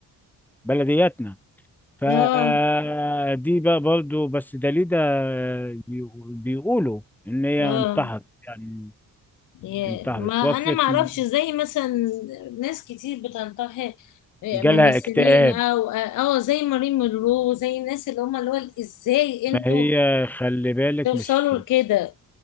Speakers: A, in the centre; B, on the left (about 60°).
A: بلدياتنا فدي
B: اه
A: بقى برضو بس داليدا بيقو- بيقولوا ان هي
B: اه
A: انتحرت يعني
B: ياه
A: انتحرت
B: ما
A: توفت
B: انا ما اعرفش
A: من-
B: زي مثلا ناس كتير بتنتحر آه،
A: جالها
B: ممثلين
A: اكتئاب
B: او اه آه، زي مارين مونرو زي الناس اللي هم اللي هو ازاي انتوا
A: ما هي خلي بالك
B: توصلوا
A: مش
B: لكده